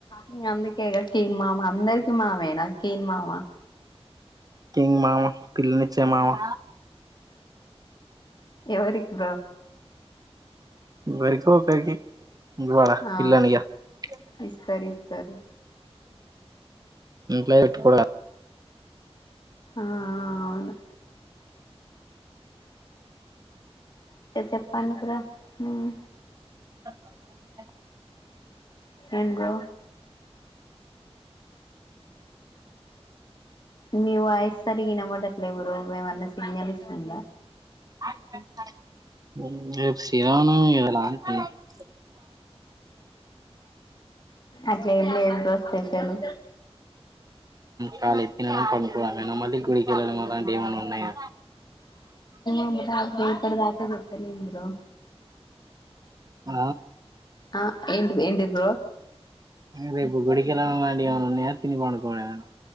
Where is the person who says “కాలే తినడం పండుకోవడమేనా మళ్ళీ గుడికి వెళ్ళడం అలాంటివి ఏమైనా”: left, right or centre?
Right